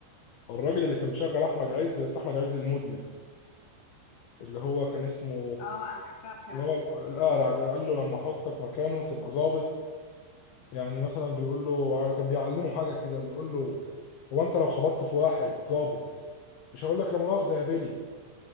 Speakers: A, on the left; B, on the left.
A: الراجل اللي كان مشغل احمد عز بس احمد عز المدمن اللي هو كان اسمه
B: اه انا فاكره
A: اللي هو القارع ده قال له لما احطك مكانه تبقى ظابط يعني مثلا بيقول له كان بيعلمه حاجه كده بيقول له هو انت لو خبطت في واحد ظابط مش هقول لك لا مؤاخذه يا بيلي